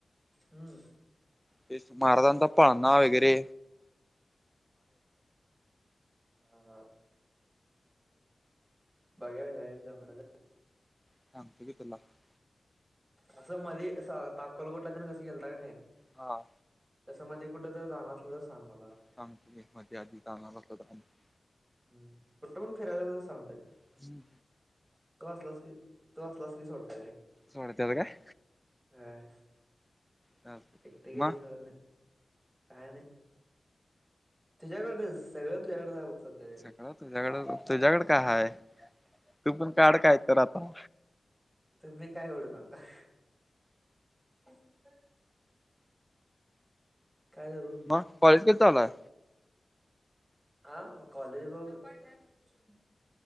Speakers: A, on the right; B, in the centre.
A: हम्म
B: ते महाराजांचा पळनाव वगैरे
A: हा हा <unintelligible>
B: <unintelligible>
A: असं मध्ये अक्कलकोटला देन कसं गेलता नाही
B: हा
A: तसं मध्ये कुठे जर जाणार असला तर सांग मला.
B: <unintelligible>
A: हम्म कुठे पण फिरायला जाणार असंल सांगतरी.
B: आणि
A: तू असलास की तू असलास की सोडत त रे
B: सोडत्यात काय?
A: होय.
B: चालतंय
A: एकटे तर
B: मग
A: घ्यायला सोडत नाही. <unintelligible> तुझ्याकडच सगळं तुझ्याकडे आहे बघ. सध्या तरी
B: सगळ तुझ्याकड तुझ्याकड काय हाय तू पण काड काय तर आता.
A: तुम्ही का एवढे जाता? <unintelligible> काय करू?
B: मग कॉलेज कधी चालूय?
A: <unintelligible>